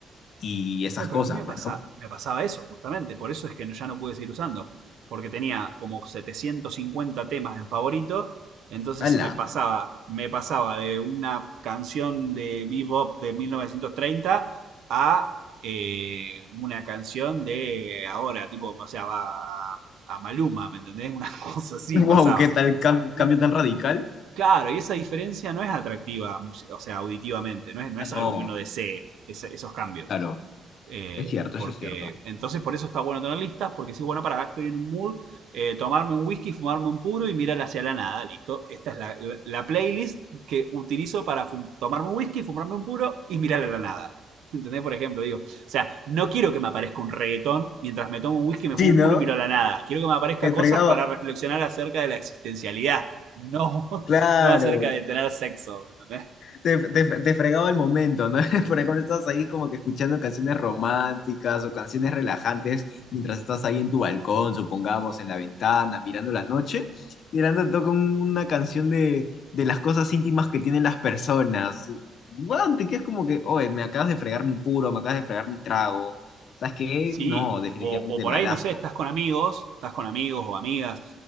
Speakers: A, on the left; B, on the right.
A: y esas
B: Oye, pero
A: cosas,
B: a mí me
A: pues,
B: pasa,
A: ¿no?
B: me pasaba eso justamente, por eso es que no- ya no pude seguir usando, porque tenía como 750 temas en favorito, entonces
A: ¡Hala!
B: se me pasaba, me pasaba de una canción de bebop de 1930 a eh, una canción de ahora, tipo, o sea, a, a Maluma, ¿me entendés? Una <laughs> cosa así
A: Wow,
B: pasaba.
A: ¿qué tal cam-
B: Y,
A: cambio tan radical?
B: y- claro, y esa diferencia no es atractiva, muse- o sea, auditivamente, no es, no
A: Ah,
B: es
A: no,
B: algo que uno desee, ese- esos cambios.
A: claro,
B: Eh,
A: es cierto,
B: porque
A: eso es cierto.
B: entonces por eso está bueno tener listas, porque si, bueno, para, acá estoy en un mood, eh, tomarme un whisky, fumarme un puro y mirar hacia la nada, listo. Esta es la, la- la playlist que utilizo para tomarme un whisky, fumarme un puro y mirar a la nada. <laughs> ¿Entendés? Por ejemplo, digo, o sea, no quiero que me aparezca un reggaetón mientras me tomo un whisky, me fumo
A: Sí,
B: un
A: ¿no?
B: puro y miro a la nada. Quiero que me aparezca
A: Te
B: cosas
A: fregaba.
B: para reflexionar acerca de la existencialidad, <laughs> no,
A: Claro.
B: no acerca de tener sexo, ¿entendés?
A: Te, te, te fregaba el momento, ¿no? <laughs> Por ejemplo, estás ahí como que escuchando canciones románticas o canciones relajantes mientras estás ahí en tu balcón, supongamos, en la ventana, mirando la noche, y de la nada toca un- una canción de, de las cosas íntimas que tienen las personas. Bueno, te quedas como que, oye, me acabas de fregar mi puro, me acabas de fregar mi trago. ¿Sabes qué?
B: Sí,
A: No, definitivamente
B: o, o por
A: malazo.
B: ahí, no sé, estás con amigos, estás con amigos o amigas